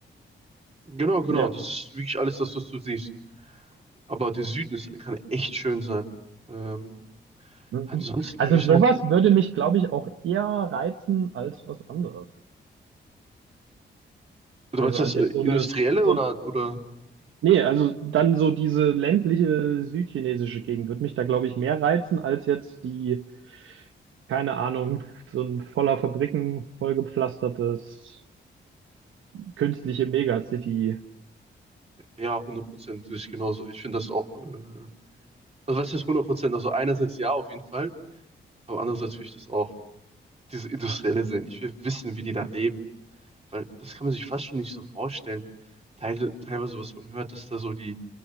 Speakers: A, on the right; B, on the right.
A: Genau, genau.
B: Ja.
A: Das ist wirklich alles das, was du siehst. Aber der Süden ist, kann echt schön sein. Ähm,
B: Mhm.
A: ansonsten
B: Also
A: würde ich
B: sowas
A: sagen,
B: würde mich, glaube ich, auch eher reizen als was anderes.
A: also
B: Also
A: meinst du
B: als
A: das äh,
B: jetzt so
A: Industrielle
B: eine, so
A: oder,
B: ein,
A: oder
B: nee, also dann so diese ländliche südchinesische Gegend würde mich da, glaube ich, mehr reizen als jetzt die, keine Ahnung, so ein voller Fabriken, vollgepflastertes. künstliche Megacity.
A: ja, hundert Prozent sehe ich genauso. Ich finde das auch, äh, also was heißt hundert Prozent? Also einerseits ja, auf jeden Fall, aber andererseits will ich das auch, diese Industrielle sehen. Ich will wissen, wie die da leben, weil das kann man sich fast schon nicht so vorstellen. Teil, teilweise, was man hört, dass da so die,